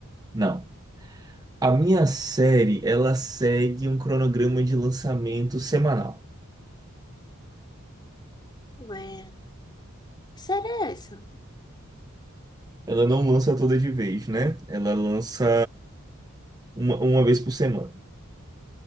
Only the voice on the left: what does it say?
Ué, que série é essa?